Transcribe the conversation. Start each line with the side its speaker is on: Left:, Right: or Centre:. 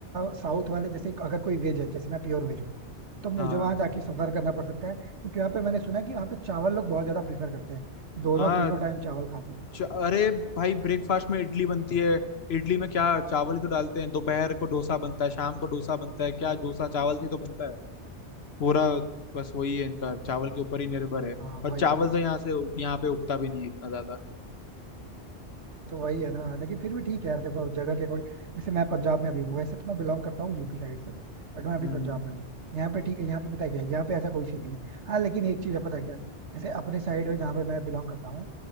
Right: साउथ वाले जैसे अगर कोई वेज है जैसे मैं प्योर वेज हूँ तो मुझे
Left: हाँ
Right: वहां जाके सफर करना पड़ सकता है क्योंकि वहां पे मैंने सुना है कि वहां पे चावल लोग बहुत ज्यादा प्रीफर करते हैं दोनों
Left: हाँ
Right: तीनों टाइम चावल खाते हैं
Left: च- अरे भाई ब्रेकफास्ट में इडली बनती है इडली में क्या चावल ही तो डालते हैं दोपहर को डोसा बनता है शाम को डोसा बनता है क्या डोसा चावल से ही तो बनता है पूरा बस वही है इनका चावल के ऊपर ही निर्भर है
Right: हाँ
Left: और
Right: वही
Left: चावल तो यहाँ से यहाँ पे उगता भी नहीं है इतना ज्यादा
Right: तो वही है ना लेकिन फिर भी ठीक है यार देखो जगह के अकॉर्डिंग जैसे मैं पंजाब में भी हूँ वैसे तो मैं बिलोंग करता हूँ यूपी साइड से बट मैं अभी
Left: हम्म
Right: पंजाब में हूँ यहाँ पे ठीक है यहाँ पे पता है क्या है, यहाँ पे ऐसा कोई सीन नहीं है हाँ लेकिन एक चीज है पता है क्या है? जैसे अपने साइड में जहाँ पे मैं बिलोंग करता हूँ